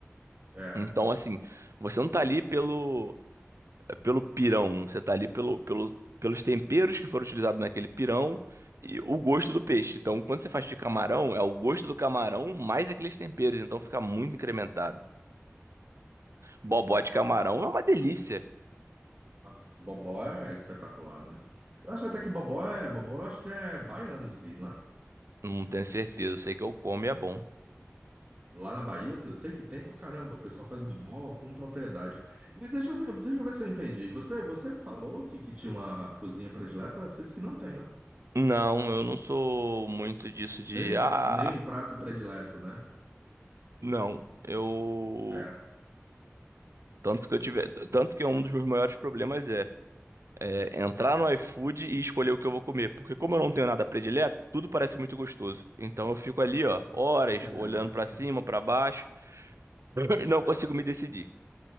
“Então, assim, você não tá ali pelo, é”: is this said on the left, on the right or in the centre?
Right